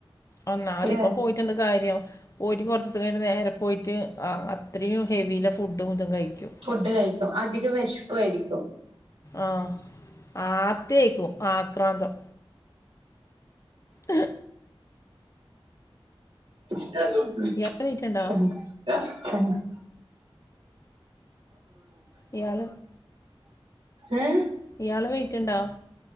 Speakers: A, on the left; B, on the right.
A: ഒന്നാമത്
B: ല്ലെ
A: ഇപ്പ പോയിട്ട എന്ത് കാര്യം പോയിട്ട് കുറച്ച് നേരം നേരെ പോയിട്ട് ആ ആ അത്രയും ഹെവിയിലെ ഫുഡ് മൊത്തം കഴിക്കും
B: ഫുഡ് കഴിക്കും അധികം വിശപ്പും ആയിരിക്കും
A: ആഹ് ആർത്തി ആയിരിക്കും ആക്രാന്തം അഹ്
B: <unintelligible>
A: ഇയാൾ വെയിറ്റ് ഉണ്ടോ ഇയാൾ
B: ഏഹ്
A: ഇയാള് വെയിറ്റ്ണ്ടോ